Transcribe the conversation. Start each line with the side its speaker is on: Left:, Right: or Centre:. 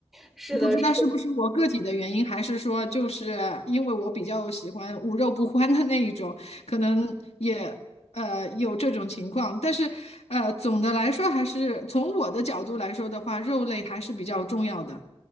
Centre: 是的，
Left: 不知道是不是我个体的原因，
Centre: 是
Left: 还是说就是因为我比较喜欢无肉不欢的那一种，可能也呃有这种情况。但是呃，总的来说，还是从我的角度来说的话，肉类还是比较重要的。